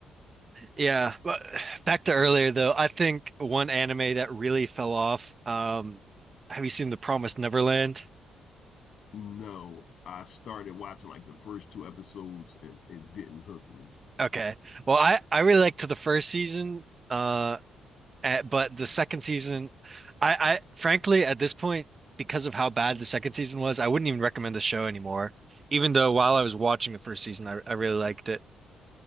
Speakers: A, on the right; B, on the left.
A: yeah. But back to earlier though, I think one anime that really fell off. Um, have you seen The Promised Neverland?
B: No, I started watching like the first two episodes and it didn't hook me.
A: Okay. Well, I I really liked the first season, uh, at, but the second season, I I frankly at this point because of how bad the second season was, I wouldn't even recommend the show anymore. Even though while I was watching the first season, I I really liked it.